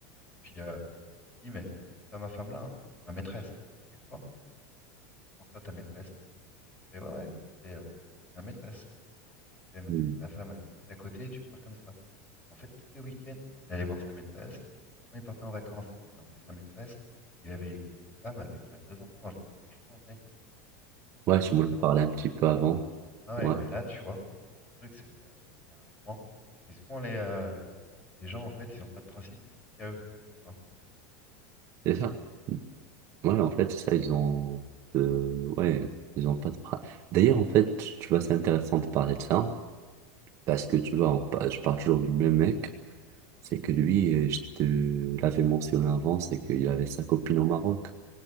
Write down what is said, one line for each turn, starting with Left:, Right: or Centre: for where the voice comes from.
Left: Puis euh, il dit, mais c'est pas ma femme là, hein, c'est ma maîtresse. Je fais quoi? Comment ça, ta maîtresse? Je fais, ouais, ouais, c'est euh, ma maîtresse. Je fais, mais
Right: Mm.
Left: ta femme, elle est juste à côté, tu parles comme ça. En fait, tous les week-ends, il allait voir sa maîtresse. Quand il partait en vacances, il emmenait sa maîtresse. Il avait une autre femme avec euh, deux enfants. Je lui fais, franchement, mec, tu craques
Right: Ouais, tu
Left: totalement.
Right: m'en as parlé un petit peu avant.
Left: Ah ouais,
Right: Ouais,
Left: mais là, tu vois, le truc, c'est que, euh, il y a un moment, c'est souvent les, euh, les gens, en fait, ils ont pas de principe, ils pensent qu'à eux. tu vois.
Right: c'est ça. Ouais, en fait, c'est ça, ils ont... euh, ouais, ils ont pas de... pra- D'ailleurs, en fait, tu tu vois, c'est intéressant de parler de ça, parce que tu vois, on par- je parle toujours du même mec, c'est que lui, euh, je te l'avais mentionné avant, c'est qu'il avait sa copine au Maroc,